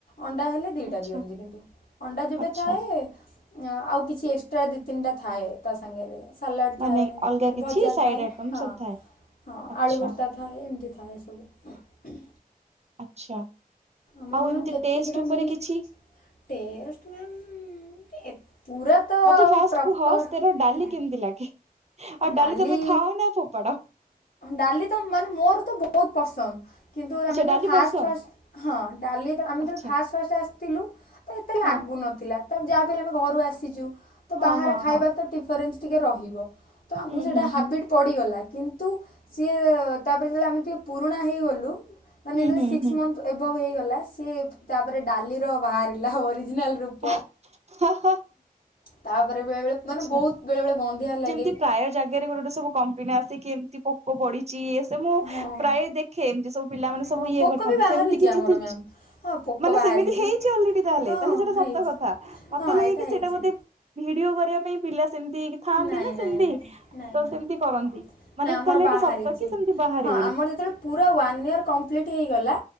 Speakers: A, on the left; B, on the right.
A: ଅଣ୍ଡା ହେଲେ ଦିଟା
B: ଆଚ୍ଛା
A: ଦିଅନ୍ତି କିନ୍ତୁ ଅଣ୍ଡା ଯେବେ
B: ଆଚ୍ଛା
A: ଥାଏ। ଆଉ କିଛି ଏକ୍ସଟ୍ରା ଦିଇ ତିନିଟା ଥାଏ ତା ସାଙ୍ଗେରେ। ସାଲାଡ
B: ମାନେ
A: ଥାଏ
B: ଅଲଗା
A: ନହେଲେ
B: କିଛି
A: ଭଜା
B: ସାଇଡ
A: ଥାଏ
B: ଆଇଟମ
A: ହଁ
B: ସବୁ ଥାଏ
A: ହଁ
B: ଆଚ୍ଛା
A: ଆଳୁ ଭର୍ତା ଥାଏ ଏମତି। ଥାଏ ସବୁ।
B: ଆଚ୍ଛା
A: ଆମର
B: ଆଉ
A: ମ୍ୟାମ୍
B: ଏମିତି
A: ଯେତିକିଟା
B: ଟେଷ୍ଟ ଉପରେ
A: ମିଲ୍
B: କିଛି
A: ଟେଷ୍ଟ ମ୍ୟାମ୍ ପୁରା ତ ଆଉ
B: ମତେ ଫାଷ୍ଟ
A: ପ୍ରପର୍
B: କୁହ ସେଥେରେ
A: ଆଜ୍ଞା
B: ଡାଲି କେମିତି ଲାଗେ? ଆଉ
A: ଡାଲି
B: ତମେ ଖାଅ ନା ଫୋପାଡ
A: ଡାଲି ତ ମାନେ ମୋର ତ ବହୁତ ପସନ୍ଦ। କିନ୍ତୁ
B: ଆଚ୍ଛା
A: ଆମେ
B: ଡାଲି
A: ଫାଷ୍ଟ
B: ପସନ୍ଦ
A: ଫାଷ୍ଟ ହ ଡାଲି ଆମେ
B: ଆଚ୍ଛା
A: ଫାଷ୍ଟ ଫାଷ୍ଟ ଆସିଥିଲୁ ଏତେ ଲାଗୁନଥିଲା।
B: ହଁ
A: ଯାହାହେଲେ ଆମେ ଘରୁ ଆସିଛୁ ତ
B: ହଁ
A: ବାହାରେ
B: ହଁ
A: ଖାଇବା
B: ହଁ
A: ତ ଡିଫରେନ୍ସ ଟିକେ ରହିବ ତ ଆମକୁ
B: ହୁଁ
A: ସେଇଟା
B: ହୁଁ
A: ହାବିଟ ପଡିଗଲା। କିନ୍ତୁ ସିଏ ତାପରେ ଯେତେବେଳେ ଆମେ ଟିକେ ପୁରୁଣା ହେଇଗଲୁ
B: ହୁଁ
A: ମାନେ ଯେତେବେଳେ
B: ହୁଁ
A: ସିକ୍ସ
B: ହୁଁ
A: ମନ୍ଥ ଏଭବ ହେଇଗଲା ସିଏ ତାପରେ ଡାଲିର ବାହାରିଲା ଓରିଜିନାଲ୍ ରୁପ
B: ହଁ ହ-ହ
A: ତାପରେ ବେଳେବେଳେ ମାନେ
B: ଆଛା
A: ବହୁତ ବେଳେବେଳେ ଗନ୍ଧିଆ ଲାଗେ
B: ଯେମିତି ପ୍ରାୟ ଜାଗାରେ ଗୋଟେ ଗୋଟେ ସବୁ କମ୍ପିନ ଆସି ଏମିତି ପୋକ ପଢିଛି ୟେ ସେ ମୁଁ
A: ହଁ
B: ପ୍ରାୟ ଦେଖେ ଏମତି ସବୁ ପିଲାମାନେ
A: ହଁ
B: ସବୁ ଇଏ
A: ପୋକ
B: କରିଥାନ୍ତି
A: ବି ବାହାରିଛି
B: ସେମିତି କିଛି
A: ଆମର ମ୍ୟାମ୍ ହଁ ପୋକ
B: ମାନେ
A: ବାହାରିଛି।
B: ସେମିତି ହେଇଛି ଅଲରେଡି ତାହେଲେ
A: ହଁ
B: ତାହେଲେ ସେଟା
A: ହେଇଛି
B: ସତ କଥା ମତେ
A: ହଁ
B: ଲାଗେ
A: ଏଇଟା
B: କି
A: ହେଇଛି
B: ସେଟା ଗୋଟେ ଭିଡିଓ କରିବା ପାଇଁ ପିଲା ସେମିତି ଥାଆନ୍ତି
A: ନାଇଁ
B: ନା ସେମତି
A: ନାଇଁ ନାଇଁ ନାଇଁ
B: ତ
A: ମ୍ୟାମ୍।
B: ସେମିତି କରନ୍ତି ମାନେ
A: ନା ଆମର
B: ତାହେଲେ
A: ବାହାରିଛି
B: ଏଟା ସତ କି ସେମତି ବାହାରିବ
A: ହଁ ଆମର ଯେତେବେଳେ ପୁରା ୱାନ୍ ଇୟର କମ୍ପ୍ଲିଟ୍ ହେଇଗଲା।